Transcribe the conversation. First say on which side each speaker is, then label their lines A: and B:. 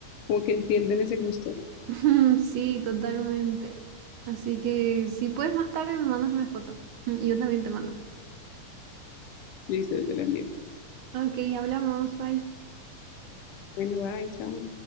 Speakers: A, on the left (about 75°); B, on the right (about 70°).
A: como que entienden ese gusto.
B: <laughs> Sí, totalmente. Así que si puedes más tarde me mandas una foto. <laughs> Y yo también te mando.
A: Listo, yo te lo envío.
B: Ok, hablamos. Bye.
A: Bueno, bye, chao.